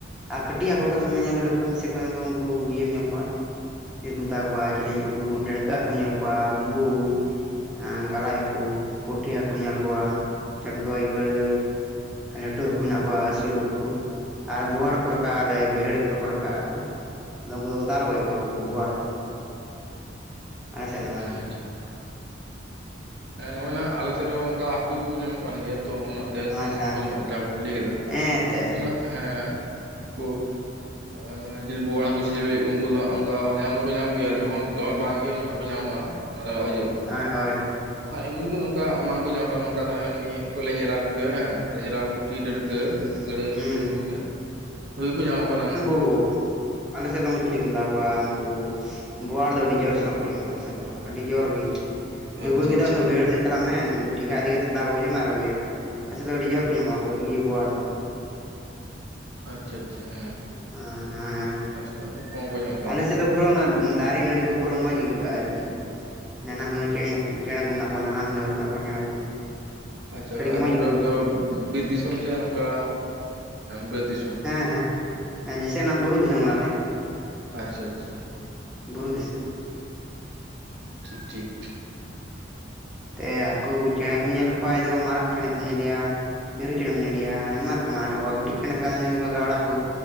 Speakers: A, in the centre; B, on the right.
A: ᱟᱨ ᱠᱟᱹᱴᱤᱡ <unintelligible> ᱚᱠᱚᱭ
B: ᱴᱷᱤᱠ
A: ᱢᱮᱥᱮ ᱚᱠᱚᱭ ᱩᱱᱠᱩ ᱤᱭᱟᱹᱢ ᱧᱮᱞ ᱠᱚᱣᱟ <unintelligible> ᱠᱚ ᱢᱮᱛᱟᱣᱟ ᱠᱚᱣᱟ ᱪᱤᱞᱤ ᱩᱱᱠᱩ ᱰᱟᱹᱲᱠᱟᱹ ᱦᱟᱹᱠᱩ ᱧᱮᱞ ᱠᱚᱣᱟ ᱵᱩᱢᱵᱩᱡ᱾ ᱜᱟᱞᱟᱭ ᱦᱟᱹᱠᱩ ᱯᱩᱴᱷᱤ ᱦᱟᱹᱠᱩᱢ ᱧᱮᱞ ᱠᱚᱣᱟ ᱪᱚᱰᱜᱚᱡ ᱜᱟᱹᱲᱟᱹᱭ᱾ ᱞᱟᱹᱴᱩ ᱦᱟᱹᱠᱩ ᱱᱟᱜᱷ ᱠᱚᱣᱟ ᱟᱹᱥᱩᱞ ᱦᱟᱹᱠᱩ ᱠᱚ ᱟᱨ ᱵᱳᱣᱟᱲ ᱠᱚ ᱨᱟᱠᱟᱵᱼᱟ ᱟᱞᱮ ᱵᱟᱹᱭᱦᱟᱹᱲᱤ ᱠᱚᱨᱮ ᱠᱚ ᱨᱟᱠᱟᱵ ᱟᱠᱚ ᱟᱫᱚ ᱩᱱᱠᱩ ᱫᱚᱠᱚ ᱫᱟᱞ ᱜᱚᱡ ᱠᱚᱣᱟ ᱵᱚᱣᱟᱲ ᱫᱚ ᱟᱞᱮ ᱥᱮᱫ ᱫᱚ
B: ᱦᱮᱸ ᱦᱮᱸ ᱴᱷᱤᱠ ᱴᱷᱤᱠ᱾ ᱦᱮᱸ ᱱᱚᱜᱼᱚᱭ ᱱᱟᱜ ᱟᱞᱮᱥᱮᱫ ᱨᱮᱦᱚᱸ ᱚᱱᱠᱟ ᱦᱟᱹᱠᱩ ᱫᱚᱠᱚ ᱧᱟᱢᱚᱜ ᱠᱟᱱ ᱜᱮᱭᱟ ᱛᱚ ᱩᱱᱟᱹᱜ ᱰᱷᱮᱨ ᱫᱚ ᱱᱟᱜᱷ
A: ᱟᱪᱪᱷᱟ
B: ᱵᱟᱝ ᱠᱚ ᱧᱟᱢᱚᱜ ᱠᱟᱱᱟ ᱡᱟᱦᱟᱸ ᱠᱚᱢ ᱞᱟᱹᱭ ᱠᱮᱫᱟ
A: ᱦᱮᱸ ᱮᱱᱛᱮᱫ
B: ᱱᱩᱠᱩ ᱱᱟᱜᱷ ᱦᱮᱸ ᱩᱱᱠᱩ ᱮᱸ ᱡᱤ ᱵᱳᱣᱟᱲ ᱦᱟᱹᱠᱩ ᱪᱤᱞᱤ ᱵᱮᱱ ᱞᱟᱹᱭ ᱠᱮᱫ ᱠᱚᱣᱟ ᱩᱱᱠᱩ ᱫᱚ ᱦᱟᱸᱜ ᱚᱱᱠᱟ ᱧᱟᱢ ᱫᱚᱠᱚ ᱧᱟᱢᱚᱜ ᱜᱮᱭᱟ, ᱡᱚᱠᱷᱚᱱ ᱫᱚᱢᱮ ᱵᱟᱫᱽ ᱜᱮᱭᱟ ᱩᱱ ᱡᱚᱠᱷᱚᱱ ᱠᱚ ᱧᱟᱢᱚᱜᱼᱟ᱾ <unintelligible>
A: ᱦᱳᱭ ᱦᱳᱭ
B: ᱮᱢᱱᱤ ᱫᱚ ᱱᱚᱝᱠᱟ ᱵᱟᱝ ᱠᱚ ᱧᱟᱢᱚᱜ ᱠᱟᱱᱟ ᱱᱚᱝᱠᱟ ᱫᱚ ᱮᱢᱱᱤ ᱩᱱᱠᱩ ᱞᱮᱸᱡᱽᱨᱟ ᱠᱚᱜᱮ ᱦᱮᱸ <unintelligible> ᱯᱩᱴᱤ ᱰᱟᱹᱴᱠᱟᱹ
A: ᱦᱩᱸ ᱦᱩᱸ
B: ᱜᱟᱹᱲᱟᱹᱭ
A: ᱦᱩᱸ
B: ᱩᱱᱠᱩ ᱱᱩᱠᱩ
A: ᱦᱩᱸ
B: ᱜᱮ ᱦᱩᱭ ᱠᱚ ᱧᱟᱢᱚᱜ ᱠᱟᱱᱟ ᱱᱟᱜᱷ
A: <unintelligible> ᱟᱞᱮ ᱥᱮᱫ ᱫᱚ <inaudible> ᱢᱮᱛᱟ ᱠᱚᱣᱟ ᱩᱱᱠᱩ ᱵᱳᱣᱟᱲ ᱫᱚ ᱟᱹᱰᱤ ᱡᱳᱨᱥᱳᱨ ᱠᱚ ᱧᱟᱢᱚᱜᱼᱟ ᱟᱞᱮ ᱥᱮᱫ ᱫᱚ ᱟᱹᱰᱤ ᱡᱳᱨ ᱜᱮ᱾ ᱰᱩᱵᱟᱹ
B: ᱟᱪᱪᱷᱟ
A: ᱠᱮᱫᱟᱢ
B: ᱟᱪᱪᱷᱟ
A: ᱟᱢ ᱫᱚ ᱵᱟᱹᱭᱦᱟᱹᱲ ᱥᱮᱫ ᱪᱟᱞᱟᱜ ᱢᱮ ᱴᱷᱮᱸᱜᱟ ᱤᱫᱤ ᱠᱟᱛᱮ ᱫᱟᱞ ᱜᱚᱡᱮ ᱢᱮ ᱟᱨ ᱟᱹᱜᱩᱭᱮᱢ‌᱾ᱟᱞᱮᱥᱮᱫ ᱫᱚ ᱟᱹᱰᱤ ᱡᱳᱨ ᱠᱚ ᱧᱟᱢᱚᱜ-ᱟ᱾ ᱤᱭᱟᱹ ᱵᱳᱣᱟᱲ ᱫᱚ᱾
B: ᱟᱪᱪᱷᱟ ᱟᱪᱪᱷᱟ ᱦᱮᱸ
A: ᱦᱮᱸ ᱦᱮᱸ
B: ᱟᱪᱪᱷᱟ ᱠᱷᱩᱵ ᱠᱚᱢ ᱠᱚ ᱧᱟᱢᱚᱜ ᱠᱟᱱᱟ
A: ᱟᱞᱮ ᱥᱮᱫ ᱫᱚ ᱯᱩᱨᱟᱹ ᱚᱱᱟ ᱫᱟᱨᱮ ᱱᱟᱹᱲᱤ ᱠᱚ ᱯᱩᱨᱟᱹ ᱢᱚᱸᱡᱽ ᱜᱮ ᱟᱹᱭᱠᱟᱹᱜᱼᱟ᱾ ᱱᱟᱱᱟ ᱦᱩᱱᱟᱹᱨ ᱪᱮᱬᱮ ᱪᱮᱬᱮ ᱠᱚ ᱢᱮᱱᱟᱜ ᱠᱚᱣᱟ ᱱᱟᱱᱟ ᱦᱩᱱᱟᱹᱨ ᱢᱮᱱᱟᱜ ᱠᱚᱣᱟ ᱪᱮᱬᱮ ᱠᱚ᱾
B: ᱟᱪᱪᱷᱟ
A: ᱟᱹᱰᱤ
B: ᱟᱨ
A: ᱢᱚᱡᱽ
B: ᱠᱚᱝᱠᱮ
A: ᱟᱹᱭᱠᱟᱹᱜᱼᱟ
B: ᱟᱯᱮ ᱫᱚ ᱵᱤᱨ ᱫᱤᱥᱚᱢ ᱥᱮ ᱱᱚᱝᱠᱟ ᱵᱟᱹᱫ ᱫᱤᱥᱚᱢ?
A: ᱦᱮᱸ ᱦᱮᱸ ᱡᱮᱥᱮ ᱚᱱᱟ ᱵᱩᱨᱩ ᱫᱤᱥᱚᱢ ᱠᱟᱱᱟᱞᱮ᱾
B: ᱟᱪᱪᱷᱟ ᱟᱪᱪᱷᱟ᱾
A: ᱵᱩᱨᱩ ᱫᱤᱥᱚᱢ᱾
B: ᱴᱷᱤᱠ ᱴᱷᱤᱠ᱾
A: ᱛᱮ ᱦᱟᱹᱠᱩ ᱪᱮᱬᱮ ᱠᱚᱢ ᱧᱮᱞ ᱠᱷᱟᱡ ᱫᱚ ᱢᱟᱨᱟᱜ ᱪᱮᱬᱮ ᱧᱮᱞᱮᱭᱟ᱾ ᱢᱤᱨᱩ ᱪᱮᱬᱮᱢ ᱧᱮᱞᱮᱭᱟ ᱟᱭᱢᱟ ᱨᱚᱠᱚᱢ ᱟᱜ ᱦᱮᱱᱟᱜ ᱠᱚᱣᱟ ᱠᱟᱹᱴᱤᱡ ᱪᱮᱬᱮ ᱞᱮᱫᱚ ᱠᱚᱢ ᱧᱮᱞ ᱠᱚᱣᱟ ᱜᱟᱣᱲᱟ ᱠᱚ